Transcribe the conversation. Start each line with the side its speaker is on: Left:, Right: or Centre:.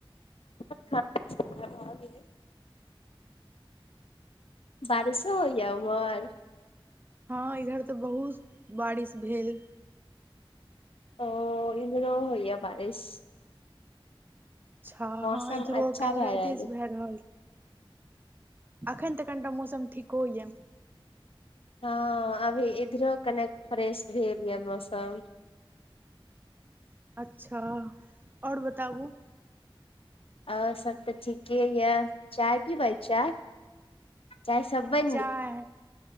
Left: खाना पीना भ गेलै। बारिशो होइया उम्हर?
Right: हँ इधर तऽ बहुत बारिश भेल।
Left: ओ इधरो होइया बारिश।
Right: अच्छा
Left: मौसम
Right: हँ इधरो
Left: अच्छा
Right: काल्हि
Left: भए
Right: राइते
Left: रहल
Right: सँ
Left: ये।
Right: भए रहल अखन तऽ कनिटा मौसम ठीको होइया।
Left: हँ अभी इधरो कनेक फ्रेश भेल यऽ मौसम।
Right: अच्छा और बताबू।
Left: और सब तऽ ठीके यऽ चाय पीबै चाय चाय सब बैन गेल।
Right: चाय